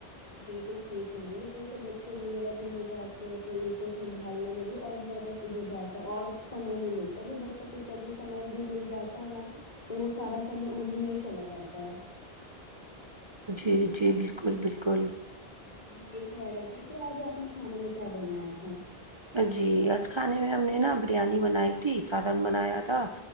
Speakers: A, on the left; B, on the right.
A: بالکل صحیح کہہ رہے ہو تو ویسے بچے وغیرہ بھی ہو جاتے ہیں تو ان کو سنبھالنے میں بھی اور زیادہ ہو جاتا اور سمئے نہیں ملتا جو بچہ کچا جو سمے بھی مل جاتا ہے نا تو وہ سارا سمے انہی میں ہی چلا جاتا ہے
B: جی جی بالکل بالکل
A: ہم یہ کہہ رہے تھے کہ آج آپ نے کھانے میں کیا بنایا تھا
B: جی آج کھانے میں ہم نے نا بریانی بنائی تھی سالن بنایا تھا